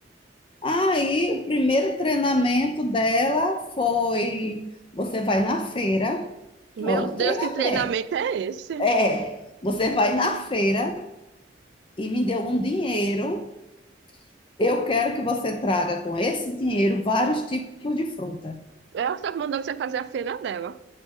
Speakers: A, on the left; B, on the right.
A: Aí, o primeiro treinamento dela foi: você vai na feira,
B: Meu
A: olha o
B: Deus,
A: treinamento.
B: que treinamento é esse?
A: É, você vai na feira e me deu um dinheiro. Eu quero que você traga com esse dinheiro vários tipos de fruta.
B: Ela está mandando você fazer a feira dela.